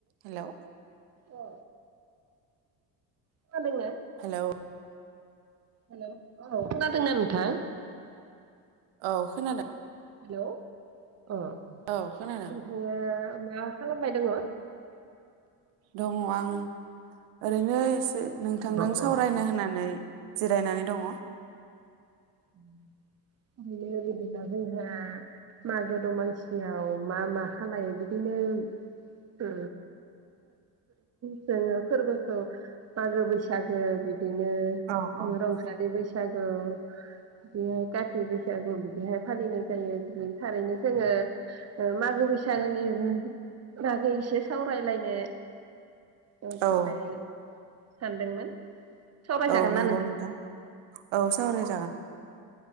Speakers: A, on the right; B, on the right.
A: Hello
B: औ खोनादोंना?
A: Hello
B: hello औ खोनादोंना नोंथां?
A: औ खोनादों।
B: हेलौ ओ नोंथाङा
A: औ खोनादों
B: ओ मा खालामबाय दङ'?
A: दङ' आं ओरैनो एसे नोंथांदों
B: अ
A: सावरायनो होननानै। जिरायनानै दङ।
B: <inaudible> <unintelligible> जोहा मागो दमासियाव मा मा खालायो बिदिनो उ जोङो फोरबोखौ मागो बैसागो बिदिनो
A: औ
B: रंजालि बैसागु। जागौ बेहाय कात बैसागु बिदिहाय फालिनाय जायो थारैनो जोङो ओ मागो बैसागोनि बागै एसे सावरायलायनो ओ थाखाय
A: औ
B: सानदोंमोन। सावरायजागोन
A: औ नंगौ
B: ना
A: नोंथां औ सावराय जागोन।